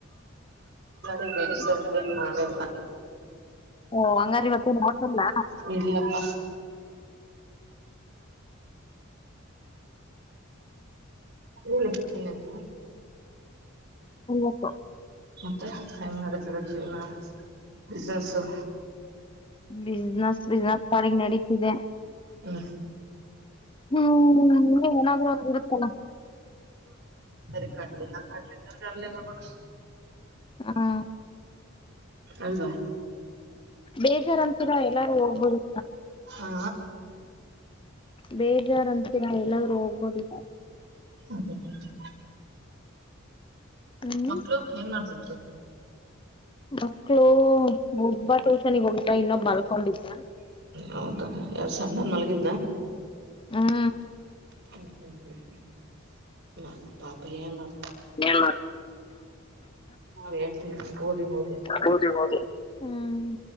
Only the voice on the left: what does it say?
ಓ ಹಂಗಾರ ಇವತ್ತು ನೋಡ್ಸಲ್ಲ
ಎಪ್ಪ
ಬಿಸ್ನೆಸ್ ಬಿಸ್ನೆಸ್ ಸಾರಿಗ್ ನಡೀತಿದೆ
ಹ್ಮ್ ನೀಏನಾದೂ ಗೊತ್ತಲ್ಲ
ಹಾ
ಬೇಜಾರಂತರ ಎಲ್ಲಾರು ಹೋಗ್ಬೋದು
ಬೇಜಾರಂತ ಮಲ್ಲಾದರುೂ ಹೋಗ್ಬೋದಿತ್ತು
ಹ್ಮ್
ಮಕ್ಳು ಒಬ್ಬತ್ತುೋಷನಗ್ ಹೋಗತ ಇನ್ನೊಬ್ ಬಲ್ಕೊಂಡಿದ್ದ
ಹ್ಮ್
ಎ
ಹದು ಹೌದು ಹ್ಮ್